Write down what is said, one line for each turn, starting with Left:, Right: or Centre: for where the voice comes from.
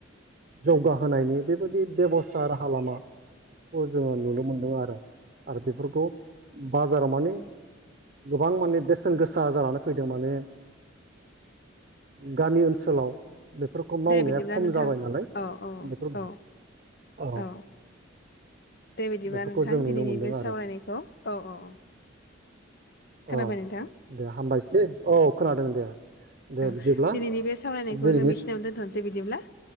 Right: जौगाहोनायनि बेबायदि बेब'स्था राहा लामा खौ जोङो नुनो मोनदों आरो आरो बेफोरखौ बाजाराव माने गोबां माने बेसेन गोसा जानानै फैदों माने गामि ओनसोलाव बेफोरखौ मावनाया
Left: दे बिदिब्ला
Right: खम
Left: नोंथां
Right: जाबाय नालाय
Left: औ औ
Right: बेफोर
Left: औ
Right: अ
Left: औ दे बिदिबा
Right: बेफोरखौ
Left: नोंथां
Right: जों नुनो
Left: दिनैनि
Right: मोनदों
Left: बे
Right: आरो
Left: सावरायनायखौ औ औ खोनाबाय
Right: अ
Left: नोंथां
Right: दे हामबायसै औ खोनादों दे दे
Left: ओं
Right: बिदिब्ला
Left: दिनैनि बे सावरायनायखौ
Right: दिनैनि
Left: जों बेखिनियावनो दोनथ'नोसै बिदिब्ला